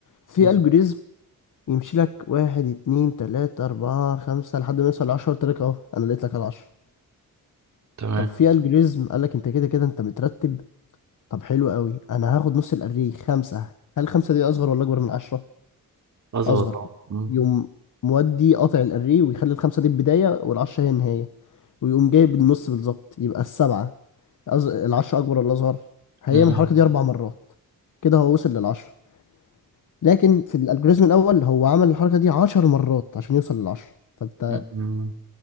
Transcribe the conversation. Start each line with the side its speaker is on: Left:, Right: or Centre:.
Left: في
Right: م.
Left: algorithm يمشي لك واحد اتنين تلاتة أربعة خمسة لحد ما يوصل لعشرة قلت لك أهو أنا لقيت لك العشرة
Right: تمام
Left: طب في الجوريزم قال لك أنت كده كده أنت مترتب طب حلو قوي أنا هاخد نص الأريه خمسة هل خمسة دي أصغر ولا أكبر من عشرة؟
Right: أظبط
Left: أصغر
Right: طبعا م.
Left: يقوم مودي قاطع الأريه ويخلي الخمسة دي البداية والعشرة هي النهاية ويقوم جايب النص بالظبط يبقى السبعة أز... العشرة أكبر ولا أصغر؟ هيعمل
Right: م.
Left: الحركة دي أربع مرات كده هو وصل للعشرة لكن في الالجوريزم الأول هو عمل الحركة دي عشر مرات عشان يوصل للعشرة فأنت
Right: م. م.